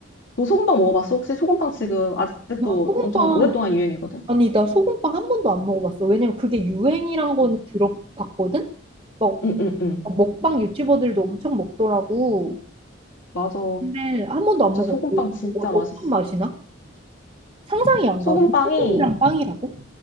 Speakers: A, on the left (about 70°); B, on the right (about 25°).
A: 너 소금빵 먹어봤어? 혹시 소금빵 지금 아직도
B: 나 소금빵
A: 엄청 오랫동안 유행이거든?
B: 아니, 나 소금빵 한 번도 안 먹어봤어. 왜냐면 그게 유행이란 거는
A: 어.
B: 들어봤거든? 막,
A: 응, 응, 응.
B: 먹방 유튜버들도 엄청 먹더라고.
A: 맞아.
B: 근데 한 번도 안
A: 진짜
B: 먹었어.
A: 소금빵 진짜
B: 어,
A: 맛있어.
B: 어떤 맛이나? 상상이 안
A: 소금빵이
B: 가. 소금이랑 빵이라고?